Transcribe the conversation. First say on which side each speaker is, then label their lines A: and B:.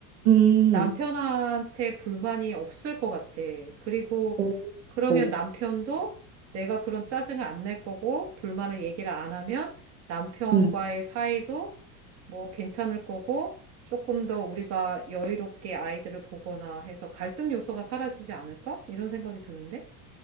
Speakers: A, on the right (about 70°); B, on the right (about 35°).
A: 음,
B: 남편한테 불만이 없을 것 같아. 그리고
A: 어,
B: 그러면
A: 어,
B: 남편도 내가 그런 짜증을 안 낼 거고 불만을 얘기를 안 하면 남편과의
A: 음,
B: 사이도 뭐 괜찮을 거고 조금 더 우리가 여유롭게 아이들을 보거나 해서 갈등 요소가 사라지지 않을까? 이런 생각이 드는데.